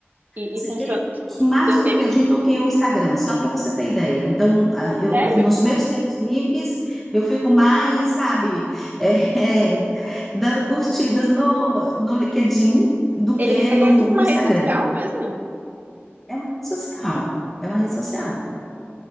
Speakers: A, on the right (about 45°); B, in the centre.
A: E,
B: Assim,
A: e funciona.
B: eu
A: Tipo,
B: uso mais
A: eu
B: o
A: teve.
B: LinkedIn do que o Instagram, só para você ter ideia. Então, ah, eu,
A: Sério?
B: nos meus tempos livres, eu fico mais, sabe, <laughs> é, dando curtidas no, no LinkedIn do
A: Ele,
B: que
A: ele
B: no,
A: é tipo
B: no
A: uma
B: Instagram.
A: rede social mesmo?
B: É uma rede social, é uma rede social.